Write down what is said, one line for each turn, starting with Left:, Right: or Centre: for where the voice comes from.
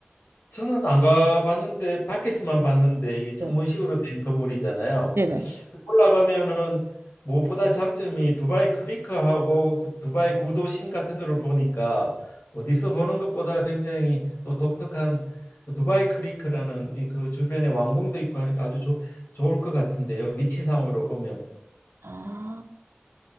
Left: 저는 안 가봤는데 밖에서만 봤는데 이 창문식으로
Right: 네.
Left: 된 건물이잖아요.
Right: 네네.
Left: 올라가면은 무엇보다 장점이 두바이 크리크하고 구- 두바이 구도심 같은 거를 보니까 어디서 보는 것보다 굉장히 또 독특한 그 두바이 크리크라는 이 그 주변에 왕궁도 있고 하니까 아주 좋 좋을 것 같은데요. 위치상으로 보면
Right: 아,